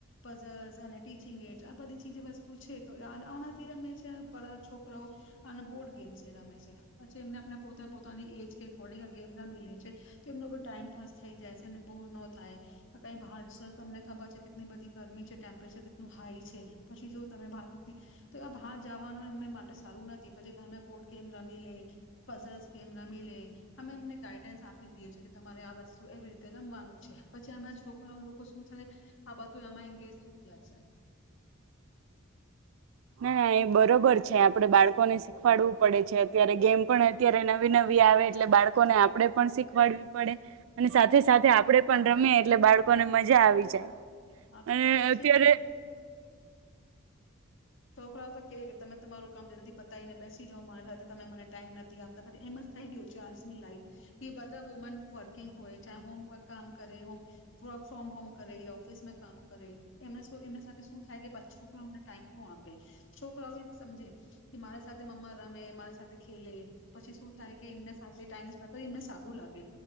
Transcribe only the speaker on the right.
ના ના એ બરોબર છે આપડે બાળકોને શીખવાડવું પડે છે અત્યારે ગેમ પણ અત્યારે નવી નવી આવે એટલે બાળકોને આપણેે પણ શીખવાડવી પડે અને સાથે સાથે આપડે પણ રમીએ એટલે બાળકોને મજા આવી જાય.
અને
અત્યારે